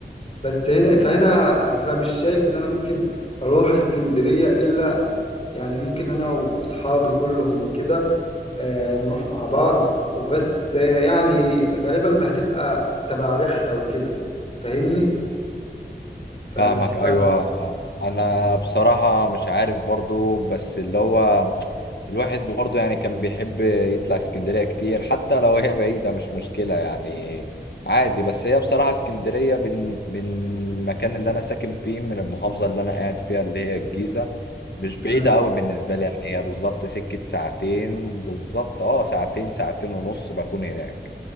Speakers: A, on the left; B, on the left.
A: بس هنا فهنا
B: اه آه.
A: فمش شايف ان انا ممكن اروح اسكندريه الا يعني ممكن انا واصحابي كلهم وكده آه، نروح مع بعض وبس آه، يعني غالبا هتبقى تبع رحلة وكده فاهمني فمش
B: فاهمك ايوه
A: عارف بصراحة
B: انا بصراحه مش عارف برضو بس اللي هو الواحد برضو يعني كان بيحب يطلع اسكندريه كتير حتى لو هي بعيده مش مشكله يعني عادي بس هي بصراحه اسكندريه من من المكان اللي انا ساكن فيه من المحافظه اللي انا قاعد فيها اللي هي الجيزه مش بعيده
A: مم.
B: قوي بالنسبه لي يعني هي بالظبط سكه ساعتين بالظبط اه ساعتين ساعتين ونص بكون هناك